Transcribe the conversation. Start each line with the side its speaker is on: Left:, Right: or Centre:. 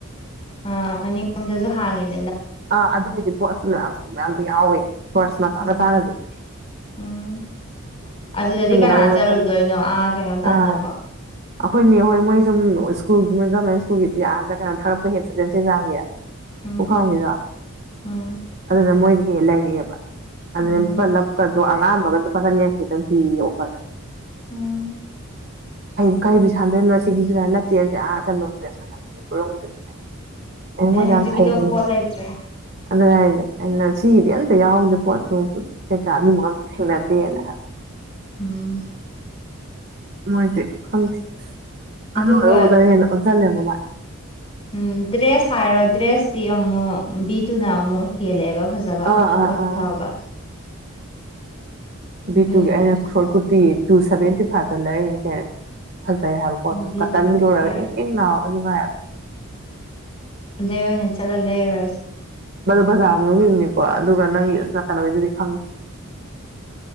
Left: ꯑ ꯃꯅꯤꯡꯂꯣꯝꯗꯁꯨ ꯍꯥꯡꯉꯤꯅꯦ
Right: ꯑꯥ ꯑꯗꯨꯒꯤꯗꯤ ꯄꯣꯠꯁꯨ ꯌꯥꯝ ꯌꯥꯎꯋꯦ ꯄꯥꯔꯁ ꯃꯆꯥ
Left: ꯎꯝ
Right: ꯃꯆꯥꯅꯁꯦ
Left: ꯎꯝ ꯑꯗꯨꯗꯗꯤ ꯀꯅꯥ
Right: ꯍꯣꯏ ꯃꯣꯏ
Left: ꯆꯠꯂꯨꯗꯣꯏꯅꯣ
Right: ꯆꯠꯄ
Left: ꯑꯥ ꯀꯩꯅꯣ
Right: ꯑꯥ
Left: ꯇꯥꯅꯕ
Right: ꯑꯩꯈꯣꯏꯅꯦ ꯍꯣꯏ ꯃꯣꯏ ꯁꯨꯝ ꯁ꯭ꯀꯨꯜꯣꯏ ꯒꯣꯔꯃꯦꯟ ꯁ꯭ꯀꯨꯜꯒꯤꯗꯤ ꯌꯥꯗ꯭ꯔꯥ ꯀꯩꯅꯣ ꯊꯥꯒꯛꯄ ꯍꯠꯂꯦ ꯆꯦ ꯆꯥꯡꯁ
Left: ꯎꯝ
Right: ꯄꯨꯈꯝꯒꯤꯗꯣ
Left: ꯎꯝ
Right: ꯑꯗꯨꯗ ꯃꯣꯏꯗꯤ ꯍꯦꯛ ꯂꯩꯔꯤꯑꯦꯕ ꯑꯗꯨ
Left: ꯎꯝ
Right: ꯄꯨꯂꯞꯀꯗꯣ ꯑꯉꯥꯟꯕꯒ ꯂꯨꯄꯥ ꯆꯅꯤꯌꯥꯡꯛꯇ ꯈꯤꯇꯪ ꯄꯤꯌꯦ ꯑꯣꯐꯔꯗ
Left: ꯎꯝ
Right: ꯑꯗꯦ ꯀꯩꯕꯨ ꯁꯥꯟꯗꯣꯏꯔꯤꯅꯣ ꯁꯤꯗꯨꯃꯥꯏꯅ ꯅꯠꯇꯦ ꯑꯗꯨ ꯀꯩꯅꯣꯝꯁꯦꯝꯒꯤꯗꯨꯅꯤ ꯍꯥꯏ ꯑꯃꯣꯏ
Left: ꯑꯩ
Right: ꯌꯥꯝꯝ
Left: ꯍꯧꯖꯤꯛꯀꯤꯗꯣ
Right: ꯐꯥꯏꯅꯤ
Left: ꯄꯣꯠ ꯂꯩꯇ꯭ꯔꯦ
Right: ꯑꯗꯨ ꯍꯥꯏꯁꯦ ꯑꯩꯅ ꯁꯤꯒꯤꯗꯤ ꯑꯝꯇ ꯌꯥꯎꯗꯦ ꯄꯣꯠꯁꯨ ꯀꯩꯀꯥ ꯃꯤꯃ ꯊꯦꯡꯅꯗꯦꯅ ꯍꯥꯏꯕ
Left: ꯎꯝ
Right: ꯃꯣꯏꯁꯦ ꯈꯪꯗꯦ
Left: ꯑꯗꯨꯒ
Right: ꯑꯅꯨ ꯑꯔꯧꯕꯗꯅ ꯍꯦꯟꯅ ꯑꯣꯟꯁꯤꯜꯂꯦꯕ ꯃꯥꯏ
Left: ꯎꯝ ꯗ꯭ꯔꯦꯁ ꯍꯥꯏꯔꯣ ꯗ꯭ꯔꯦꯁꯇꯤ ꯑꯃꯨꯛ ꯕꯤ ꯇꯨꯅ ꯑꯃꯨꯛ ꯍꯦꯜꯂꯛꯑꯦꯕ ꯐꯖꯕ
Right: ꯑꯥ ꯑꯥ
Left: ꯄꯣꯠ
Right: ꯑꯥ
Left: ꯐꯕ
Right: ꯕꯤꯇꯨꯒꯤ
Left: ꯑꯗꯨꯅ
Right: ꯑꯩꯅ
Left: ꯕꯤꯇꯨ
Right: ꯁꯣꯔꯠ ꯀꯨꯔꯇꯤ ꯇꯨ ꯁꯚꯦꯟꯇꯤ ꯐꯥꯏꯚꯇ ꯂꯩꯔꯤꯅꯤ ꯀ ꯐꯖꯩ ꯍꯥꯏꯕ ꯄꯣꯠꯇꯣ
Left: ꯕꯤꯇꯨꯗꯨꯅ
Right: ꯀꯇꯟ ꯂꯣꯏꯨꯔꯒ
Left: ꯐꯔꯦ
Right: ꯏꯪ ꯏꯪ ꯅꯥꯔꯒ ꯅꯨꯡꯉꯥꯏꯕ
Left: ꯑꯗꯩ ꯑꯣꯏꯅ ꯆꯠꯂ ꯂꯩꯔꯨꯔꯁꯤ
Right: ꯕꯖꯥꯔ ꯃꯅꯨꯡꯒꯤꯗꯨꯅꯤꯀꯣ ꯑꯗꯨꯒ ꯅꯪꯒꯤ ꯑ ꯅ ꯀꯩꯅꯅꯕꯩꯗꯨꯗꯤ ꯈꯪꯗ꯭ꯦ